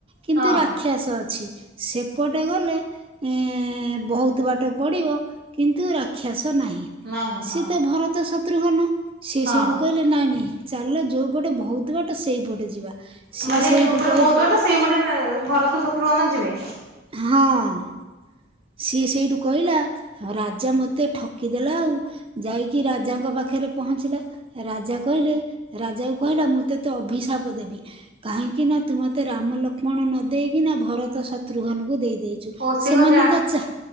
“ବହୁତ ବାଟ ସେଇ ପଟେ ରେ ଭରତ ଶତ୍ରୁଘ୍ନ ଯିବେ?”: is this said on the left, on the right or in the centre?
Right